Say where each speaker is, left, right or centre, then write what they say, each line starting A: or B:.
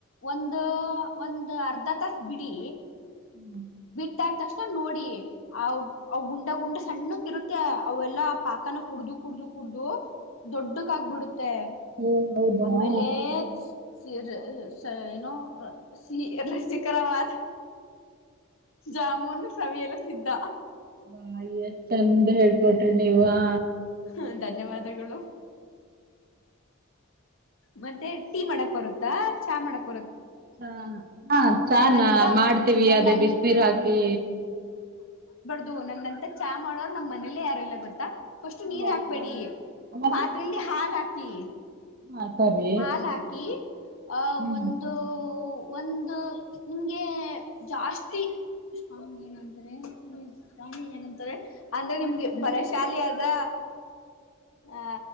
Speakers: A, on the left (about 75°); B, on the right (about 45°).
A: ಒಂದು. ಒಂದ್ ಅರ್ಧ ತಾಸು ಬಿಡಿ.
B: ಹ್ಮ್
A: ಮತ್ತ ತಕ್ಷಣ ನೋಡಿ ಅವ ಅವ ಗುಂಡ ಗುಂಡ ಸಣ್ಣಕ್ ಇರುತ್ತೆ ಅವೆಲ್ಲಾ ಪಾಕನ ಕುಡ್ದು ಕುಡ್ದು ಕುಡ್ದು. ದೊಡ್ಡಕ ಆಗ್ಬಿಡುತ್ತೆ
B: ಹ್ಮ್ ಹೌದಾ
A: ಆಮೇಲೆ ಸ ಏನು. No C ರಸಿಕರವಾದ. ಜಾಮೂನು ಸವಿಯಲು ಸಿದ್ದ.
B: ಬಾಯ ಎಸ್ಟ್ ಚೆಂದ ಹೇಳ್ಕೊಟ್ರಿ ನೀವು ಅ.
A: ಹ ಧನ್ಯವಾದಗಳು. ಮತ್ತೆ ಟೀ ಮಾಡಕ್ ಬರುತ್ತಾ. ಚಾ ಮಾಡೋಕ್
B: ಚಾ ಹಾ ಚಾ
A: ನನ್ನಂತ
B: ನ ಮಾಡ್ತೀವಿ
A: ನನ್ನಂತ
B: ಅದೇ ಬಿಸಿನೀರ್ ಹಾಕಿ.
A: ದು ನನ್ನಂತ ಚಾ ಮಾಡೋರು ನಮ್ ಮನೇಲ್ಲೇ ಯಾರು ಇಲ್ಲ ಗೊತ್ತಾ. ಫಸ್ಟ್ ನೀರ್
B: ಹೌದಾ
A: ಹಾಕ್ಬೇಡಿ
B: ಮತ್ತೆ
A: ಪಾತ್ರೆಯಲ್ಲಿ ಹಾಲ್ ಹಾಕ್ ಕೀ.
B: ಹಾ ಸರಿ
A: ಹಾಲ್ ಹಾಕಿ ಆ
B: ಹ್ಮ್
A: ಒಂದು. ಒಂದು ನಿಮ್ಗೆ ಜಾಸ್ತಿ ಸ್ಟ್ರಾಂಗ್ ಏನಂತಾರೆ ಸ್ಟ್ರಾಂಗ್ ಏನಂತಾರೆ ಅಂದ್ರೆ ನಿಮ್ಗೆ ಬಲಶಾಲಿಯಾದ ಆ.